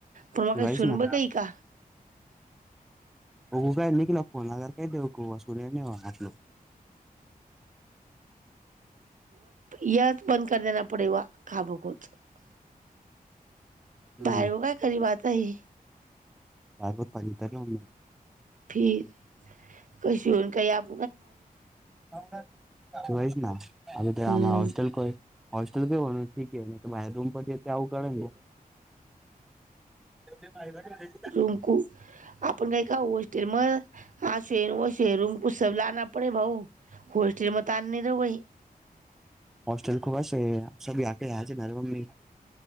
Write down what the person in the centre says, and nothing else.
वहीच
ना
बघु काय निखिल चा फोन आला नाही <unintelligible>
हम्म
<unintelligible> तर ना मम्मी.
व्होचना हमी तो या
हॅस्टेल को है. हॅटेल पर होणा ठीक आहे नहीतो बाहेर रूम पर कितने <unintelligible> तुम्ही पहिला का नाही?
होॉस्टेल खूप स आक म मममी